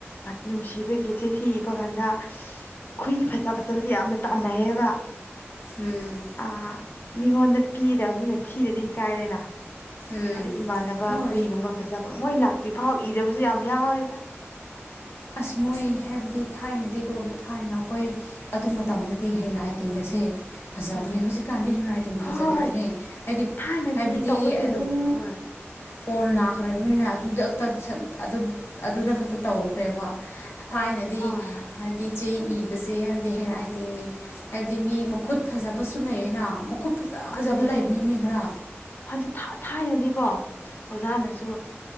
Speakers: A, on the left; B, on the left.
A: ꯅꯨꯡꯁꯤꯕꯒꯤ ꯆꯤꯊꯤ ꯏꯕ ꯀꯥꯟꯗ ꯈꯨꯏ ꯐꯖ ꯐꯖꯕꯁꯦ ꯌꯥꯝꯅ ꯇꯥꯟꯅꯩꯌꯦꯕ
B: ꯎꯝ
A: ꯑ ꯃꯤꯉꯣꯟꯗ ꯄꯤꯗꯕꯅꯤꯅ ꯊꯤꯔꯗꯤ ꯏꯀꯥꯏꯔꯦꯅ
B: ꯎꯝ
A: ꯑꯗꯩ ꯏꯃꯥꯟꯅꯕ
B: ꯍꯣꯏ
A: ꯈꯨꯨꯏꯒꯨꯝꯕ ꯐꯖꯕ ꯃꯣꯏ ꯂꯥꯛꯇ꯭ꯔꯤ ꯐꯥꯎ ꯏꯗꯕꯁꯨ ꯌꯥꯝ ꯌꯥꯎꯌ‌ꯦꯗꯥ
B: ꯑꯁ ꯃꯣꯏ ꯍꯥꯏꯕꯗꯤ ꯊꯥꯏꯅꯗꯤꯀꯣ ꯊꯥꯏꯅ ꯑꯩꯈꯣꯏ ꯑꯗꯨ ꯃꯇꯝꯗꯗꯤ ꯍꯦꯟ ꯔꯥꯏꯇꯤꯡꯒ ꯁꯦ ꯐꯖꯕꯅꯦ
A: ꯎꯝ
B: ꯍꯧꯖꯤꯛꯀꯥꯟꯗꯤ ꯍꯦꯟ ꯔꯥꯏꯇꯤꯡ
A: ꯍꯣꯏ
B: ꯐꯖꯗ꯭ꯔꯕꯅꯦ
A: ꯍꯣꯏ
B: ꯍꯥꯏꯗꯤ
A: ꯊꯥꯏꯅꯗꯤ
B: ꯍꯥꯏꯕꯗꯤ
A: ꯇꯧꯋꯦ
B: ꯑꯗꯨꯝ
A: ꯍꯣꯏ
B: ꯐꯣꯟ ꯂꯥꯛꯈ꯭ꯔꯕꯅꯤꯅ ꯑꯗꯨꯗ ꯈꯛꯇ ꯑꯗꯨꯗ ꯈꯛꯇ ꯇꯧꯈ꯭ꯔꯦꯕ ꯊꯥꯏꯅꯗꯤ
A: ꯍꯣꯏ
B: ꯍꯥꯏꯕꯗꯤ ꯆꯦ ꯏꯕꯁꯦ ꯍꯥꯏꯕꯗꯤ ꯍꯦꯟ ꯔꯥꯏꯇꯤꯡ ꯍꯥꯏꯕꯗꯤ ꯃꯤ ꯃꯈꯨꯠ ꯐꯖꯕꯁꯨ ꯂꯩꯌꯦꯅ ꯀꯠ ꯐꯖ ꯐꯖꯕ
A: ꯑꯗꯨꯅꯦ
B: ꯂꯩꯕꯅꯤ ꯃꯤ ꯈꯔꯥ
A: ꯍꯥꯏꯗꯤ ꯊꯥꯏ ꯊꯥꯏꯅꯗꯤꯀꯣ ꯑꯣꯖꯥꯅꯁꯨ